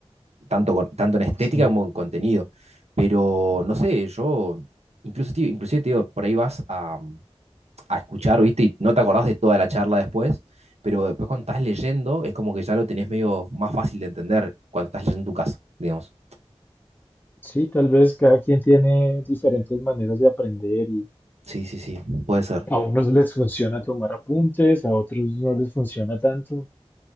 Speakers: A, on the right (about 80°); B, on the left (about 15°).
A: Tanto, con- tanto en estética
B: Sí,
A: como en contenido. Pero, no sé, yo, incluso, tío, inclusive, tío, por ahí vas a, a escuchar, ¿viste? Y no te acordás de toda la charla después, pero después cuando estás leyendo es como que ya lo tenés medio más fácil de entender cuando estás leyendo tu caso, digamos.
B: sí, tal vez cada quien tiene diferentes maneras de aprender y
A: Sí, sí, sí, puede ser.
B: A unos les funciona tomar apuntes, a otros no les funciona tanto.